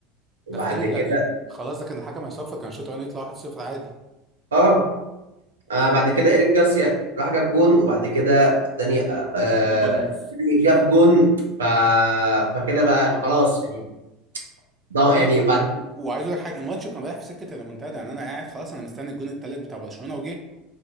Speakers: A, on the right; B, on the right.
A: وبعد
B: ده في ايه
A: كده
B: يعني خلاص ده كان الحكم هيصفر كان الشوط الاولاني يطلع 1-0 عادي
A: اه آه بعد كده إيريك جارسيا راح جاب جون وبعد كده داني آه آه،
B: اولموس
A: جاب جون ف... فكده بقى خلاص يعني ده
B: لا
A: يعني
B: لا و-
A: وبعد كده
B: وعايز اقول لك حاجه الماتش كان رايح في سكه الريمونتادا يعني انا قاعد خلاص انا مستني الجون التالت بتاع برشلونه وجه